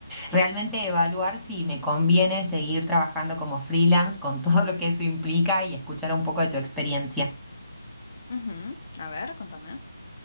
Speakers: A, in the centre; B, on the left.
A: realmente evaluar si me conviene seguir trabajando como freelance con <laughs> todo lo que eso implica y escuchar un poco de tu experiencia.
B: Ujú. A ver, contame.